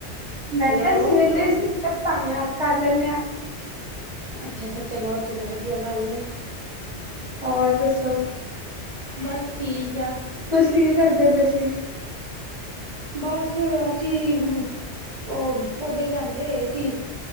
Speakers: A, on the right (about 30°); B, on the right (about 60°).
A: ਮੈਂ
B: ਹੈਲੋ
A: ਕਿਹਾ ਸੀ ਤੁਹਾਨੂੰ ਯਾਦ ਕਰ ਲੈਂਣੇ ਆ।
B: ਅੱਛਾ ਅੱਛਾ ਚਲੋ ਚਲੋ ਵਧੀਆ ਗੱਲ ਏ
A: ਹੋਰ ਦੱਸੋ
B: ਬਸ ਠੀਕ ਆ
A: ਤੁਸੀਂ ਕੀ ਕਰਦੇ ਪਏ ਸੀ
B: ਬਸ ਅਸੀਂ ਆਮ ਉਹ ਪੌਦੇ ਲਿਆਂਦੇ ਹੋਏ ਸੀ